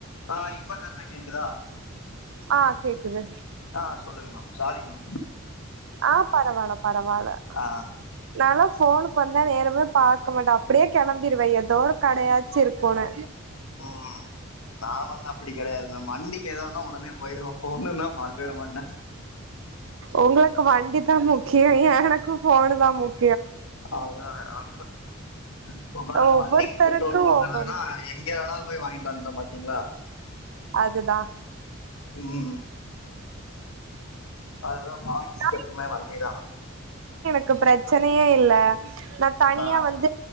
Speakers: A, on the left; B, on the right.
A: ஆ இப்ப கரட்டா கேக்குதா
B: ஆ கேக்குது
A: ஆ சொல்லுங்க மேம் சாரி மேம்
B: ஆ பரவால்ல பரவாயில்ல
A: ஆ
B: நா லா சு ஃபோனுக்கு வந்தா நேரமே பார்க்க மாட்ட அப்படியே கிளம்பிடுவ ஏதோ ஒரு கடையாச்சி இருக்கன்னு
A: உம் நாம வந்து அப்படி கிடையாது வண்டிக்கு ஏதோன்னா உடனே போயிருவோ போணு நா பாக்கவே மாட்ட
B: உங்களுக்கு வண்டி தா முக்கியோ எனக்கு போனு தான் முக்கியோ
A: ஆ ஆ இப்ப பாருங்க
B: ஒவ்வொருத்தருக்கு
A: வண்டிக்கு பெட்ரோல் வாங்குறதுன்னா
B: ஒவ்வொரு
A: எங்கே வேணால போய் வாங்கிட்டு வந்தோ பாத்தீங்களா
B: அதுதா
A: உம் அதுதா ஆபிஸ்க்கூ
B: நா
A: எப்புமே வண்டிதா
B: க்கு பெரச்சனையே யில்ல நா தனியா
A: ஆ
B: வந்து